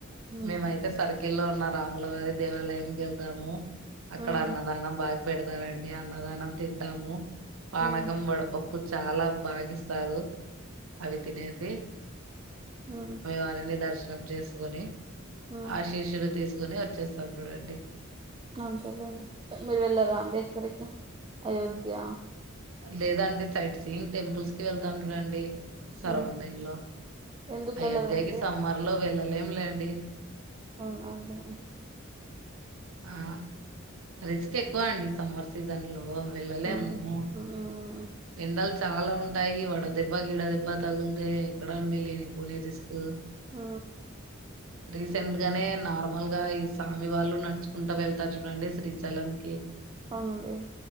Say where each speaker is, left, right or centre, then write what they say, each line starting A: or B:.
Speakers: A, on the right; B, on the right.
A: ఉమ్
B: మేమయితే సరిగ్ ఇల్లో ఉన్న రాములవారి దేవాలయంకి వెళ్తాము అక్కడ
A: ఉమ్
B: అన్నదానం బాగ్ పెడతారండి అన్నదానం తింటాము. పానకం
A: ఉమ్
B: వడపప్ చాలా బాగిస్తారు అవి తినేతే
A: ఆ
B: వారిని దర్శనం చేసుకొని
A: ఉమ్
B: ఆశీరవ తీ సుకుని వచ్చేస్తారు చూడండి
A: అంతేలేండి మీరు వెళ్ళరా అండి ఎక్కడికి అయోధ్య
B: లేదండి సైట్ సీయింగ్ టెంపుల్స్ కి వెళ్తా ఉంటడండి సరోండింగ్
A: ఉమ్
B: లో
A: ఎందుకు
B: అయోధ్యకి
A: వెళ్ళరండి
B: సమ్మర్లో వెళ్ళలేం లేండి
A: అవునా అదే
B: ఆ రిస్క్ ఎక్కువ అండి సంవర్ సీజన్లో వెళ్ళలేము
A: ఉమ్
B: ఎండల్ చాలా ఉంటాయి. వడదెబ్బ గీడ దెబ్బ తగులితే, ఎక్కడండి లేని పోని రిస్క్.
A: ఆ
B: రీసెంట్ గానే నార్మల్ గా ఈ సామి వాళ్ళు నడుచు కుంటా వెళ్తారు చూడండి శ్రీశైలంకి
A: అవునండి